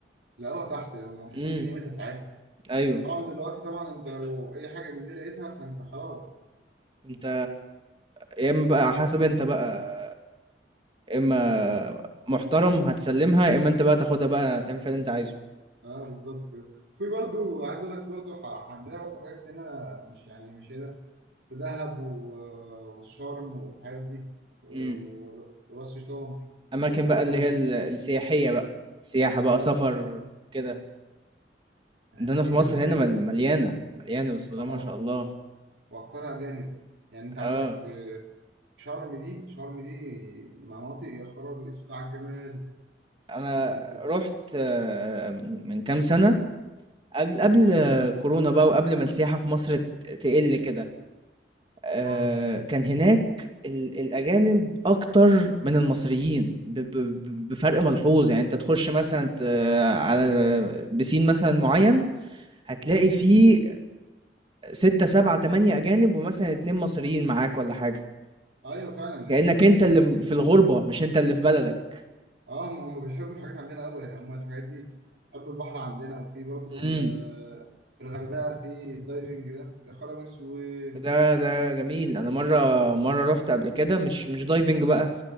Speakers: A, on the right (about 80°); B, on the right (about 30°).
A: لقوها تحت يعني ما كانش
B: امم
A: عارفين قيمتها ساعتها
B: أيوه
A: طبعا دلوقتي طبعا انت لو اي حاجه من دي لقيتها فانت خلاص
B: أنت يا إما بقى حسب أنت بقى يا إما محترم هتسلمها يا إما أنت بقى تاخدها بقى تعمل فيها اللي أنت عايزه
A: اه بالظبط كده في برضو عايز اقول لك في برضو ح- عندنا برضو حاجات هنا مش يعني مش هنا في دهب و- والشرم والحاجات دي و-
B: امم
A: و- وراس شيطان
B: أماكن
A: الحتت دي
B: بقى
A: برضو
B: اللي هي ال- السياحية بقى سياحة بقى
A: اه
B: سفر كده
A: الحتت
B: ده انا
A: دي
B: في مصر
A: بيبقى فيها
B: هنا مل- مليانه مليانه بسم الله
A: اه
B: ما شاء الله
A: واكترها اجانب يعني انت
B: اه
A: عندك في شرم دي شرم دي مناطق يا خراب اسود على الجمال
B: انا
A: يعني انت
B: رحت آه، من من كام سنه قبل قبل آه، كورونا بقى وقبل ما السياحه في مصر ت- تقل كده آه،
A: اه
B: كان هناك ال- الاجانب اكتر من المصريين ب- ب- ب- بفرق ملحوظ يعني انت تخش مثلا ت- على بسين مثلا معين هتلاقي فيه ستة سبعة تمانية أجانب ومثلا اتنين مصريين معاك ولا حاجة
A: ايوه فعلا
B: كأنك
A: انت بتلاقي
B: انت اللي في الغربة مش انت اللي في بلدك
A: اه ما هم بيحبوا الحاجات عندنا قوي يعني هم الحاجات دي بيحبوا البحر عندنا وفي برضو
B: امم
A: ال- في الغردقه في الدايفنج ده يا خراب اسود
B: ده ده جميل انا مره مره رحت قبل كده مش مش دايفنج بقى